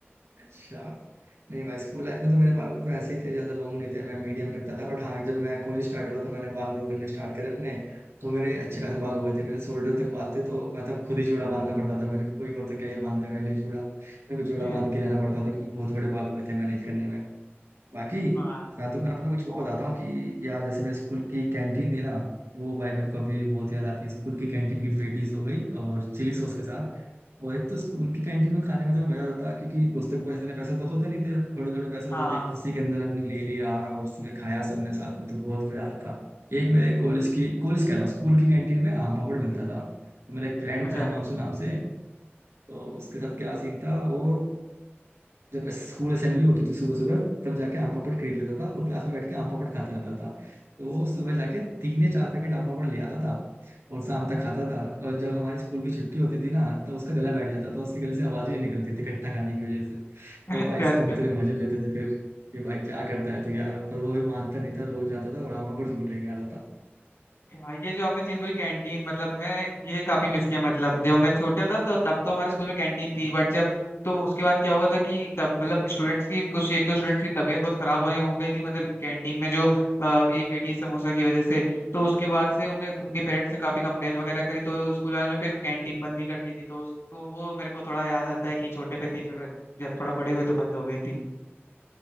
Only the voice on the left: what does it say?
<laughs>
वाह
हाँ
अच्छा
अच्छा
अच्छा
या- ये जो आपने चीज बोली कैंटीन मतलब मैं ये काफी मिस किया मतलब जब मैं छोटा था तो तब तो हमारे स्कूल में कैंटीन थी बट जब तो उसके बाद क्या हुआ था कि तब मतलब स्टूडेंट्स की कुछ एक दो स्टूडेंट्स की तबीयत बहुत खराब होने हो गई थी मतलब कैंटीन में जो अ, ये पेटी समोसा की वजह से तो उसके बाद से उनने उनके पेरेंट्स ने काफी कंप्लेन वगैरह करी तो स्कूल वालों ने फिर कैंटीन बंद ही कर दी थी तो उस- तो वो मेरे को थोड़ा याद आता है कि छोटे पे थी फिर जब थोड़ा बड़े हुए तो बंद हो गई थी